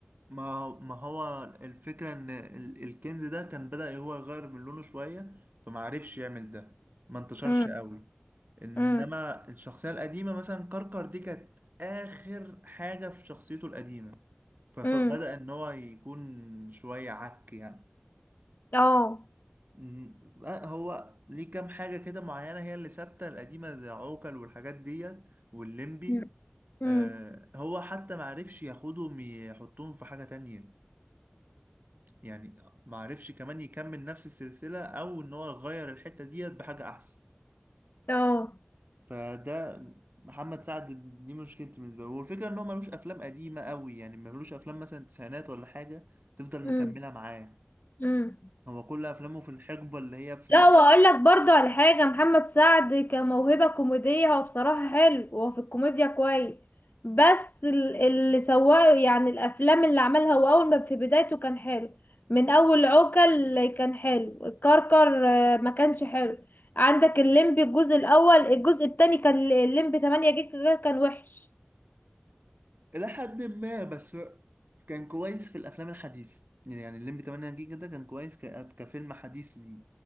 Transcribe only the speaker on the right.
ما ما هو الفكرة إن ال- الكنز ده كان بدأ هو يغير من لونه شوية فمعرفش يعمل ده ما انتشرش
قوي إنما
الشخصية القديمة مثلا كركر دي كانت آخر حاجة في شخصيته القديمة ف- فبدأ
إن هو يكون شوية عك يعني
مم. بقى هو ليه كام حاجة كده معينة هي اللي ثابتة القديمة زي عوكل والحاجات ديت والليمبي
آه هو حتى معرفش ياخدهم يحطهم في حاجة تانية يعني ما عرفش كمان يكمل نفس السلسلة او ان هو يغير الحتة ديت بحاجة احسن
فده محمد سعد دي مشكلتي بالنسبة له والفكرة ان هو ملوش افلام قديمة قوي يعني ملوش افلام مثلا تسعينات ولا حاجة تفضل مكملة
معاه
هو كل افلامه في الحقبة اللي هي في الأ...
الى حد ما بس كان كويس في الافلام الحديثة يعني الليمبي 8 جيجا ده كان كويس ك... كفيلم حديث ليه